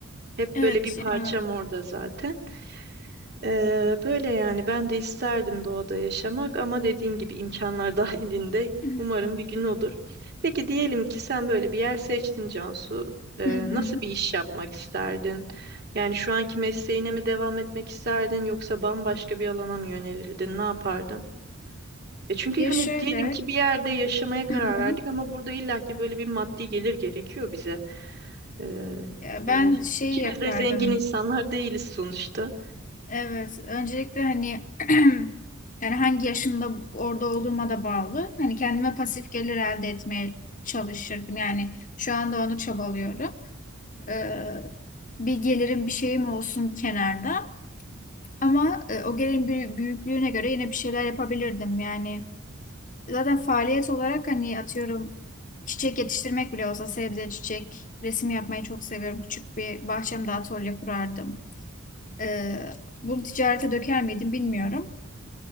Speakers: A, on the right (about 50°); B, on the left (about 40°).
A: Hep
B: Evet
A: böyle bir parçam
B: ya.
A: orada zaten. Ee, böyle yani ben de isterdim doğada yaşamak ama dediğim gibi imkanlar <laughs> dahilinde
B: <clears throat>
A: umarım bir gün olur. Peki diyelim ki sen böyle bir yer seçtin Cansu. Ee,
B: Hı hı.
A: nasıl bir iş yapmak isterdin? Yani şu anki mesleğine mi devam etmek isterdin yoksa bambaşka bir alana mı yönelirdin? Ne yapardın? E çünkü
B: Ya
A: hani
B: şöyle
A: diyelim ki bir yerde yaşamaya karar
B: Hı hı.
A: verdik ama burada illaki böyle bir maddi gelir gerekiyor bize. Ee,
B: ya
A: yani
B: ben şey
A: ikimiz
B: yapardım.
A: de zengin insanlar değiliz sonuçta.
B: Evet, öncelikle hani <clears throat> yani hangi yaşımda orada olduğuma da bağlı. Hani kendime pasif gelir elde etmeye çalışırdım. Yani şu anda onu çabalıyorum. Ee, bir gelirim bir şeyim olsun kenarda. Ama e, o gelirin büyü- büyüklüğüne göre yine bir şeyler yapabilirdim. Yani zaten faaliyet olarak hani atıyorum çiçek yetiştirmek bile olsa sebze, çiçek, resim yapmayı çok seviyorum. Küçük bir bahçemde atölye kurardım. Ee, bunu ticarete döker miydim bilmiyorum.